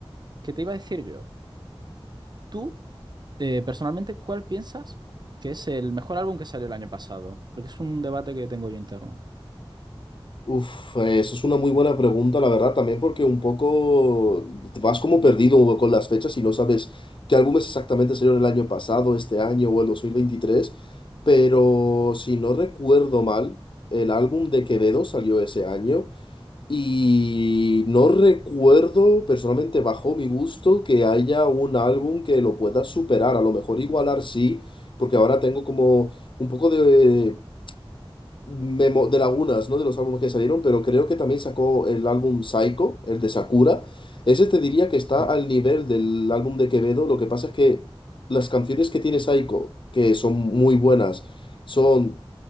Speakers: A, on the right (about 50°); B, on the left (about 60°).
A: ¿Qué te iba a decir yo? ¿Tú? Eh, personalmente, ¿cuál piensas que es el mejor álbum que salió el año pasado? Porque es un debate que tengo yo interno.
B: Uf, eh, eso es una muy buena pregunta, la verdad, también porque un poco te vas como perdido con las fechas y no sabes qué álbumes exactamente salieron el año pasado, este año o el 2023. Pero si no recuerdo mal, el álbum de Quevedo salió ese año. Y no recuerdo, personalmente bajo mi gusto, que haya un álbum que lo pueda superar. A lo mejor igualar sí, porque ahora tengo como un poco de, memo- de lagunas, ¿no? De los álbumes que salieron, pero creo que también sacó el álbum Psycho, el de Sakura. Ese te diría que está
A: Sí.
B: al nivel del álbum de Quevedo. Lo que pasa es que las canciones que tiene Psycho, que son muy buenas, son